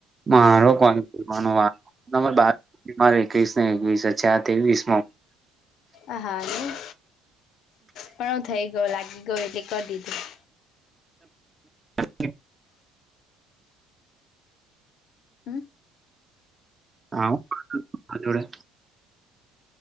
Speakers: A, on the right; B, on the left.
A: મારો કોઈ કરવાનું વાર બ. મારે એકવીસ ને એકવીસ હ છે. આ ત્રેવીસ માં.
B: આ હા, નને પણ હું થઈ ગયો, લાગી ગયો, એટલે કરી દીધું.
A: ઓ.
B: હમ
A: હા, અડા.